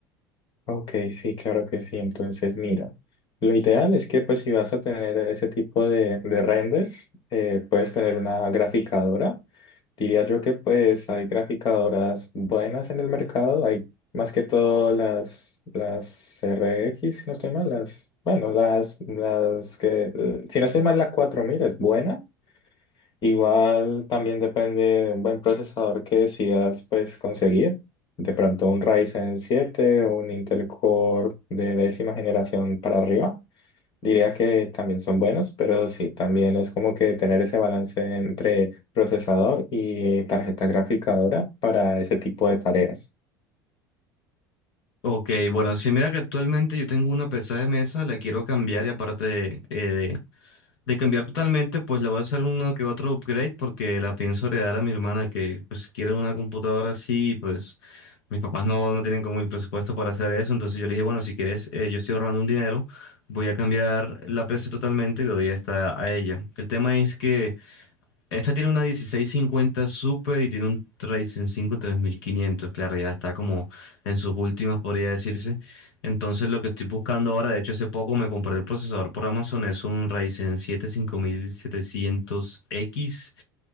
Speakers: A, on the left; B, on the left.
A: Ok, sí, claro que sí. Entonces, mira, lo ideal es que pues si vas a tener ese tipo de, de renders, eh, puedes tener una graficadora. Diría yo que pues hay graficadoras buenas en el mercado. Hay más que todo las, las RX, si no estoy mal, las, bueno, las, las que, eh, si no estoy mal, la 4000 es buena. Igual también depende de un buen procesador que decidas pues conseguir. De pronto un Ryzen siete o un Intel Core de décima generación para arriba. Diría que también son buenos, pero sí, también es como que tener ese balance entre procesador y tarjeta graficadora para ese tipo de tareas.
B: Ok, bueno, sí, mira que actualmente yo tengo una PC de mesa, la quiero cambiar y aparte eh, de cambiar totalmente, pues le voy a hacer uno que otro upgrade porque la pienso heredar a mi hermana que pues quiere una computadora así y pues mis papás no, no tienen como el presupuesto para hacer eso. Entonces yo le dije, bueno, si quieres, eh, yo estoy ahorrando un dinero, voy a cambiar la PC totalmente y le doy esta a ella. El tema es que esta tiene una dieciséis cincuenta Super y tiene un Ryzen cinco tres mil quinientos claro, ya está como en sus últimas, podría decirse. Entonces, lo que estoy buscando ahora, de hecho, hace poco me compré el procesador por Amazon, es un Ryzen siete cinco mil setecientos x